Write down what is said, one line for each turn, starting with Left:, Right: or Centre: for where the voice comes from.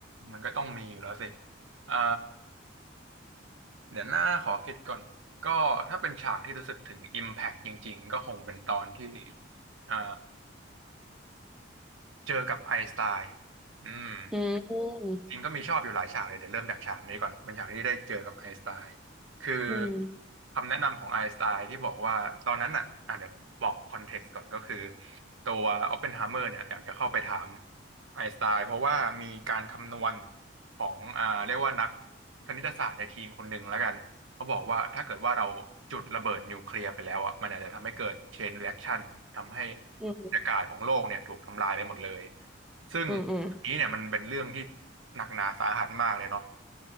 Right: มันก็ต้องมีอยู่แล้วสิอ่าเดี๋ยวหน้าขอคิดก่อนก็ถ้าเป็นฉากที่รู้สึกถึง Impact จริงๆก็คงเป็นตอนที่อ่าเจอกับไอน์สไตน์อืม
Centre: อืม
Right: จริงก็มีชอบอยู่หลายฉากเลยเดี๋ยวเริ่มจากฉากนี้ก่อนเป็นฉากที่ได้เจอกับไอน์สไตน์คือ
Centre: อืม
Right: คำแนะนำของไอน์สไตน์ที่บอกว่าตอนนั้นอ่ะอ่ะเดี๋ยวบอกคอนเท็กซ์ก่อนก็คือตัวออปเพนไฮเมอร์เนี่ยอยากจะเข้าไปถามไอน์สไตน์เพราะว่ามีการคำนวณของอ่าเรียกว่านักคณิตศาสตร์ในทีมคนหนึ่งแล้วกันเขาบอกว่าถ้าเกิดว่าเราจุดระเบิดนิวเคลียร์ไปแล้วอ่ะมันอาจจะทำให้เกิดเชนรีแอคชั่นทำให้
Centre: อืม
Right: บรรยากาศของโลกเนี่ยถูกทำลายไปหมดเลย ซึ่งอันนี้เนี่ยมันเป็นเรื่องที่
Centre: อืมอืม
Right: หนักหนาสาหัสมากเลยเนาะ